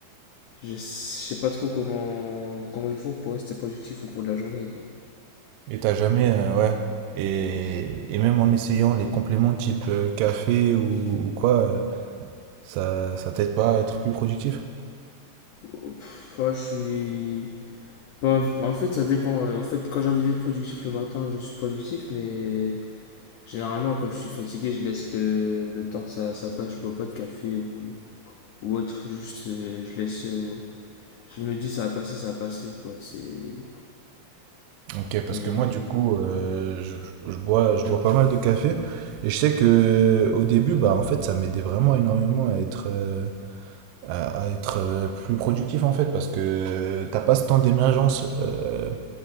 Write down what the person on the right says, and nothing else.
Et t'as jamais, euh, ouais. Et, et même en essayant les compléments type euh, café ou, ou quoi, euh, ça, ça t'aide pas à être plus productif?
Ok, parce
que moi, du coup, euh, je, je bois, je bois pas mal de café. Et je sais que euh, au début, bah, en fait, ça m'aidait vraiment énormément à être, euh, à, à être euh, plus productif, en fait, parce que t'as pas ce temps d'émergence, euh,